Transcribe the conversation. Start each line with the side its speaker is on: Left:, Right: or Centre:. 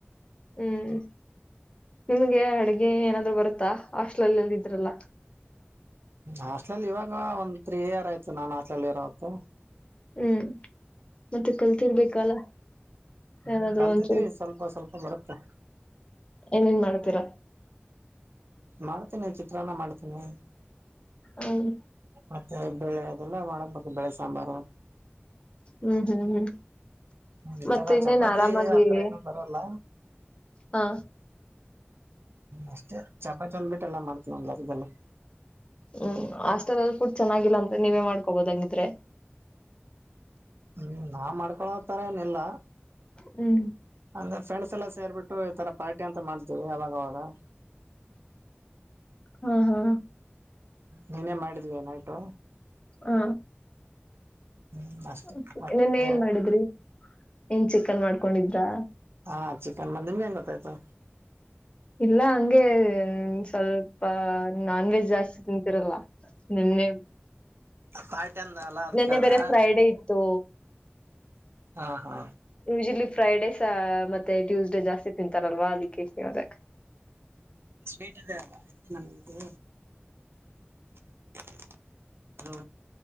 Left: ಹ್ಮ್ ನಿಮ್ಗೆ ಅಡ್ಗೆ ಏನಾದ್ರು ಬರುತ್ತಾ ಹಾಸ್ಟಲಲ್ ಎಲ್ಲ ಇದ್ರಲ್ಲ
Right: ಹಾಸ್ಟ್ಲಿ ಇವಾಗ ಒಂದು ತ್ರೀ ಇಯರ್ ಆಯತು ನನ್ ಹಾಸ್ಟ್ಲ ಇರೋ ಹೊತ್ತು
Left: ಹ್ಮ್ ಮತ್ತೆ ಕಲ್ತಿರ್ಬೇಕಲ್ಲ
Right: ಹ್ಮ್
Left: ಏನಾದ್ರು
Right: ಕಲ್ತಿದ್ದೀವಿ
Left: ಒಂಚೂರು
Right: ಸ್ವಲ್ಪ ಸ್ವಲ್ಪ ಬರುತ್ತೆ
Left: ಏನೇನ್ ಮಾಡ್ತೀರಾ
Right: ಮಾಡ್ತೇನಿ ಚಿತ್ರಾನ್ನ ಮಾಡ್ತೀನಿ
Left: ಹ್ಮ
Right: ಮತ್ತೆ ಬೆಳೆ ಅದೆಲ್ಲ ಮಾಡಕ್ ಬು ಬೆಳೆ ಸಾಂಬಾರು
Left: ಹ್ಮ್ ಹ್ಮ್ ಹ್ಮ್
Right: ಈತರ
Left: ಮತ್ತೆ ಇನ್ನೇನ್
Right: ಚಪಾತಿ
Left: ಆರಾಮ್ ಅದೀವಿ
Right: ಆತರ ಏನು ಬರಲ್ಲ
Left: ಹಾ
Right: ಅಷ್ಟೇ ಚಪಾತಿ ಒಂದು ಬಿಟ್ಟ ಎಲ್ಲ ಮಾಡ್ತನಿ ಇನ್ಯಾವುದೂ ಬರಲ್ಲ
Left: ಹ್ಮ್ ಹ ಆಸ್ಟೆಲ್ ಅಲ್ಲಿ ಫುಡ್ ಚೆನ್ನಾಗಿಲ್ಲ ಅಂದ್ರೆ ನೀವೇ ಮಾಡ್ಕೋಬೋದ ಹಂಗಿದ್ರೆ
Right: ಹ್ಮ್ ನಾ ಮಾಡ್ಕೊಳ ಹತಾರನೆಲ್ಲಾ
Left: ಹ್ಮ್
Right: ಅಂದ್ರೆ ಫ್ರೆಂಡ್ಸ್ ಎಲ್ಲ ಸೇರ್ಬಿಟ್ಟು ಈ ತರ ಪಾರ್ಟಿ ಅಂತ ಮಾಡ್ತೀವಿ ಅವಾಗವಾಗ
Left: ಹಾ ಹಾ
Right: ನೀನೇ ಮಾಡಿದ್ವಿ ನೈಟು..
Left: ಹ...
Right: ಹ್ಮ್ ಅಷ್ಟೇ
Left: ಹ
Right: ಮತ್ತೆ
Left: ನಿನ್ನೆ ಏನ್ ಮಾಡಿದ್ರಿ ಏನ್ ಚಿಕನ್ ಮಾಡ್ಕೊಂಡಿದ್ರಾ...
Right: ಹಾ ಚಿಕನ್ ಮಾಡಿ ನಿಮ್ಗೆಂಗ ಗೊತ್ತಾಯ್ತು..
Left: ಇಲ್ಲ ಹಂಗೆ ಸ್ವಲ್ಪ ಆ ನಾನ್ ವೆಜ್ ಜಾಸ್ತಿ ತಿಂತಿರಲ್ಲ... ನಿನ್ನೆ
Right: ಪಾರ್ಟಿ ಅಂದನಲ್ ಎಲ್ಲ ಅದಕ
Left: ನಿನ್ನೆ
Right: ಕೇಳಿದ್ರ
Left: ಬೇರೆ ಫ್ರೈಡೆ ಇತ್ತು
Right: ಹಾ ಹಾ
Left: ಯೂಶಲಿ ಫ್ರೈಡೇಸ್ ಮತ್ತೆ ಟ್ಯೂಸ್ಡೇ ಜಾಸ್ತಿ ತಿಂತಾರಲ್ವಾ ಅದಕ್ಕೆ ಕೇಳಿದೆ
Right: ಸ್ವೀಟ್ ಇದೆ ನಮ್ದು <inaudible> ಹಲೋ